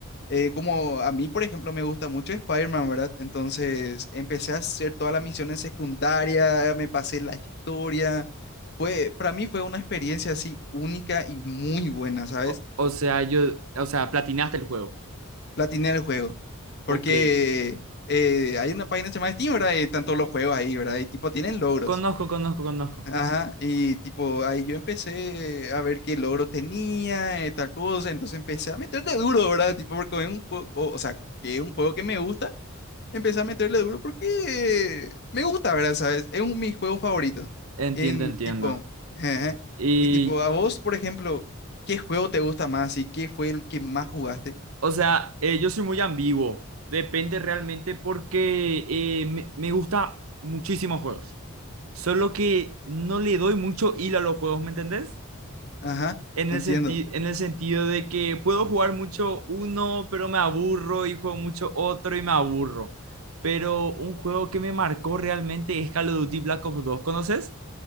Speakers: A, on the left (about 50°); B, on the right (about 80°).
A: eh, como a mí, por ejemplo, me gusta mucho Spider-Man, ¿verdad? Entonces, empecé a hacer todas las misiones secundarias, me pasé la historia. Fue, para mí fue una experiencia así única y muy buena, ¿sabes?
B: o, o sea, yo, o sea, platinaste el juego.
A: Platiné el juego. Porque
B: Ok.
A: eh, hay una página que se llama Steam, ¿verdad? Y están todos los juegos ahí, ¿verdad? Y tipo, tienen logros.
B: Conozco, conozco, conozco.
A: Ajá, y tipo, ahí yo empecé a ver qué logro tenía, eh, tal cosa, entonces empecé a meterle duro, ¿verdad? Tipo, porque es un juego, o, o sea, que es un juego que me gusta, empecé a meterle duro porque me gusta, ¿verdad? ¿Sabes? Es un, mi juego favorito.
B: Entiendo,
A: En
B: entiendo.
A: tipo, ajá,
B: Y,
A: Y tipo, a vos, por ejemplo, ¿qué juego te gusta más y qué fue el que más jugaste?
B: o sea, eh, yo soy muy ambiguo. Depende realmente porque eh, me, me gusta muchísimos juegos. Solo que no le doy mucho hilo a los juegos, ¿me entendés?
A: Ajá,
B: En
A: entiendo.
B: el senti- en el sentido de que puedo jugar mucho uno, pero me aburro y juego mucho otro y me aburro. Pero un juego que me marcó realmente es Call of Duty Black Ops dos, ¿conoces?